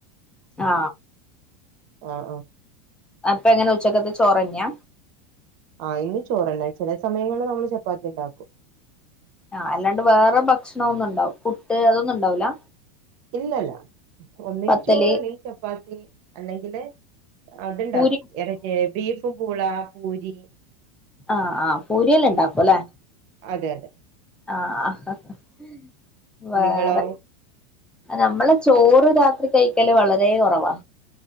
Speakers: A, in the centre; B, on the right.
A: ആ
B: ആ ആ
A: അപ്പൊ എങ്ങനെ ഉച്ചക്കത്തെ ചോറന്ന്യാ?
B: ആഹ് ഇന്ന് ചോറല്ല ചില സമയങ്ങളിൽ നമ്മള് ചപ്പാത്തി ഉണ്ടാക്കും
A: ആഅല്ലാണ്ട് വേറെ ഭക്ഷണ ഒന്നും ഇണ്ടാവും പുട്ട് അതൊന്നും ഉണ്ടാവൂല
B: ഇല്ലല്ല ഒന്നിൽ
A: പത്തല്
B: ചോറ് അല്ലെങ്കി ചപ്പാത്തി അല്ലെങ്കിലെ അതുണ്ടാക്കും
A: പൂരി
B: ബീഫും പൂള പൂരി
A: ആഹ് ആഹ് പൂരിയല്ല ഇണ്ടാക്കും അല്ലേ
B: അത അതെ
A: ആഹ്ആഹ്ഹ് ഹ് ഹ് വേറെ
B: നിങ്ങളോ
A: നമ്മളെ ചോറ് രാത്രി കഴിക്കല് വളരെ കുറവാ